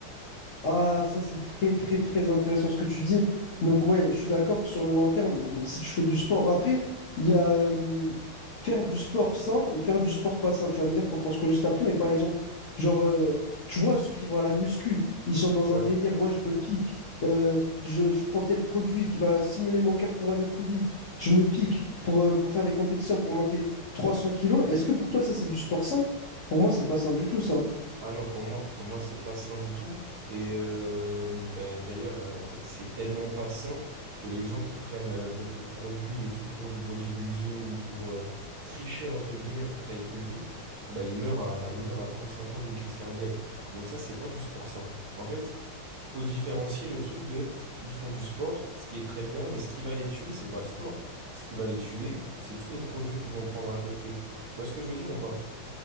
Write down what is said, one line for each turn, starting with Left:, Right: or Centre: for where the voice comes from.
Left: Ah, ça c'est très très très intéressant ce que tu dis. Donc
Right: Ouais.
Left: ouais, je suis d'accord que sur le long terme, ou- si tu fais du sport, mais après, il y a euh, faire du sport sain et faire du sport pas sain. Tu vas me dire, t'en penses quoi juste après, mais par exemple, genre, euh, tu vois, ceux qui vont à la muscu, ils sont dans
Right: Ouais.
Left: un délire, ouais, je me pique, euh, je, je prends tel produit qui va stimuler mon cœur pour aller plus vite, je me pique pour, euh, pour faire des compétitions, pour monter 300 kilos. Est-ce que pour toi ça c'est du sport sain? Pour moi, c'est pas sain du tout ça.
Right: Ah non, pour moi, pour moi, c'est pas sain du tout. Et euh, bah, d'ailleurs, euh, en fait, c'est tellement pas sain que les gens qui prennent euh, beaucoup de produits et tout pour du bodybuilding ou pour euh, tricher, entre guillemets, pour que ça aille plus vite, bah, ils meurent à, ils meurent à 35 ans d'une crise cardiaque. Donc ça, c'est pas du sport sain. En fait, faut différencier le truc de, ils font du sport, ce qui est très bien, mais ce qui va les tuer, c'est pas le sport. Ce qui va les tuer, c'est tous les produits qu'ils vont prendre à côté. Tu vois ce que je veux dire ou pas?